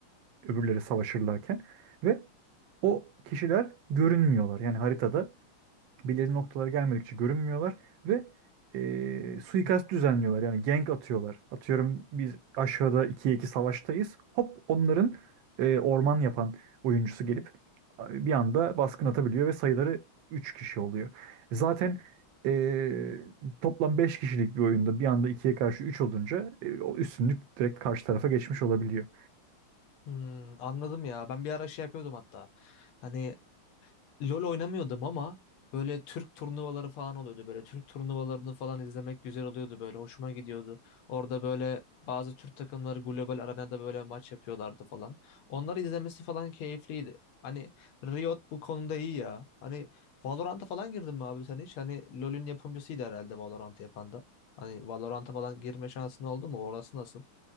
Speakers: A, on the right; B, on the left.
A: Öbürleri savaşırlarken. Ve o kişiler görünmüyorlar. Yani haritada belirli noktalara gelmedikçe görünmüyorlar ve e, suikast düzenliyorlar. Yani gank atıyorlar. Atıyorum biz aşağıda ikiye 2 savaştayız. Hop onların e, orman yapan oyuncusu gelip e, bir anda baskın atabiliyor ve sayıları 3 kişi oluyor. Zaten e, toplam 5 kişilik bir oyunda bir anda ikiye karşı 3 olunca e, o üstünlük direkt karşı tarafa geçmiş olabiliyor.
B: Hmm, anladım ya. Ben bir ara şey yapıyordum hatta. Hani LoL oynamıyordum ama böyle Türk turnuvaları falan oluyordu. Böyle Türk turnuvalarını falan izlemek güzel oluyordu böyle. Hoşuma gidiyordu. Orada böyle bazı Türk takımları global arenada böyle maç yapıyorlardı falan. Onları izlemesi falan keyifliydi. Hani Riot bu konuda iyi ya. Hani Valorant'a falan girdin mi abi sen hiç? Hani LoL'ün yapımcısıydı herhalde Valorant'ı yapan da. Hani Valorant'a falan girme şansın oldu mu? Orası nasıl?